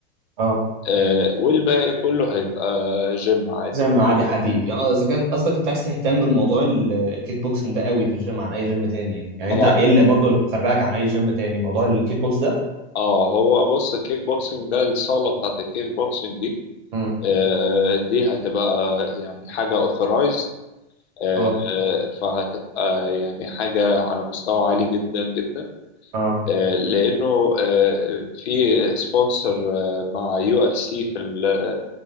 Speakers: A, on the right; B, on the left.
A: اه
B: آه، والباقي كله هيبقى جيم عادي
A: جيم
B: بقى
A: عادي حديد يعني اه اذا كان قصدك انت عايز تهتم بموضوع ال- الكيك بوكسنج ده قوي في الجيم عن اي جيم تاني يعني يعني
B: اه
A: انت ايه اللي برضه اللي فرقك عن اي جيم تاني موضوع الكيك بوكس ده
B: اه هو بص الكيك بوكسينج ده الصالة بتاعت الكيك بوكسينج دي
A: مم.
B: آه، دي هتبقى يعني حاجة authorized آه،
A: اه
B: فهتبقى يعني حاجة على مستوى عالي جدا جدا
A: اه
B: آه، لأنه آه، في سبونسر مع يو اف سي في ال-